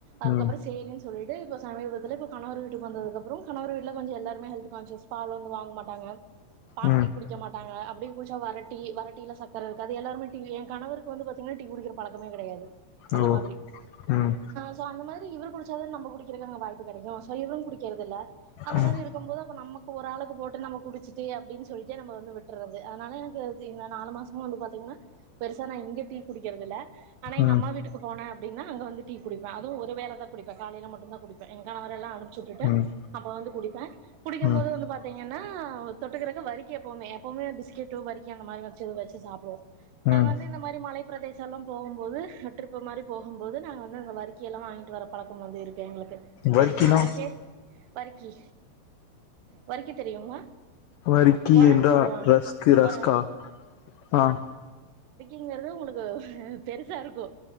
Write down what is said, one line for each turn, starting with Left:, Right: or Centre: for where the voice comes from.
Right: அதுக்கப்புறோ
Left: ம்
Right: சேரின்னு சொல்லிட்டு இப்ப சமீபத்துல இப்ப கணவர் வீட்டுக்கு வன்ததுக்கு அப்பற கணவர் இல்ல கொஞ்ச எல்லாருமே ஹெல்த் கான்ஷியஸ் பாலோ எதோ வாங்கமாட்டாங்க பால்
Left: ம் ம்
Right: டீ குடிக்கமாட்டாங்க அப்டியு குடிச்சா வர டீ வர டீ இல்ல சக்கர இருக்காது எல்லாரு டீயே எ கணவருக்கு வந்து பாத்திகனா டீ குடிக்கிற பழக்கமே கடையாது அந்தமாதிரி
Left: ஓ ம் ம்
Right: சோ அந்தமாதிரி இவர் குடிச்சா தான நம்ப குடி <unintelligible> வாய்ப்பு கடைக்கு சோ இவரு குடிக்கிறது இல்ல அந்த
Left: ம்
Right: மாரி இருக்கும் போது நமக்கு ஒரு ஆளுக்கு போட்டு நம்ம குடிச்சிட்டு அப்டி சொல்ட்டு நம்ப வந்து விட்ருறது அதனால எனக்கு எங்க நாலு மாசமா வந்து பாத்திகனா பெருசா னா எங்கியு டீ குடிக்கிறது இல்ல ஆனா எங்க
Left: ம்
Right: அம்மா வீட்டுக்கு போன அப்டினா அங்க வந்து டீ குடிப்பே ஒரு வேல தா குடிப்பே காலைல மட்டு்தா குடிப்பே எ கனவரெல்லா அனுப்ச்சிவிட்டுட்டு
Left: ம்
Right: அப்போ வந்து குடிப்பே குடிக்கும்
Left: ம்
Right: போது வந்து பார்த்தீங்கன்னா தொட்டுக்கிறக்கு வரிக்கக எப்பவுமே எப்போவுமே பிஸ்கெட்டு வரிக்கி அந்த மாரி வச்சு வச்சு சாப்டுவோ நாங்க
Left: ம்
Right: வந்து இந்த மாதிரி மலை பிரதேசம்லா போகும்போது ட்ரிப்பு மாரி போகும்போது நாங்க வந்து அந்த வரிக்கியெல்லா வாங்கிட்டு வர பழக்கம் வந்து இருக்கு எங்களுக்கு
Left: வர்க்கினா
Right: வறிக்கி வாங்கருக்கே வரிக்கி வரிக்கி தெரியுமா
Left: வரிக்கி
Right: பொறன்னு
Left: என்றா
Right: சொல்லுவாங்களே
Left: ரஸ்க்கு ரஸ்கா
Right: பொற
Left: ஆ
Right: ங்கிறது உங்களுக்கு பெருசா இருக்கு